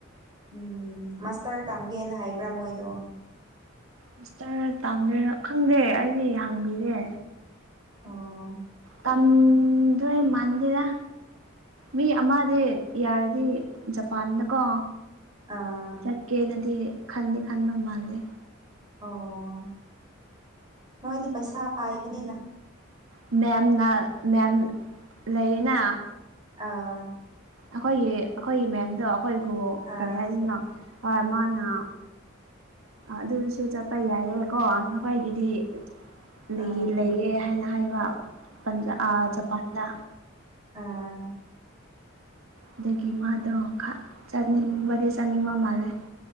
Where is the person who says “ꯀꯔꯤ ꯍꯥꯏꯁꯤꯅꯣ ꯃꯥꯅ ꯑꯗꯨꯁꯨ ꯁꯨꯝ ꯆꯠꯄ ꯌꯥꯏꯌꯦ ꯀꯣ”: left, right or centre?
Right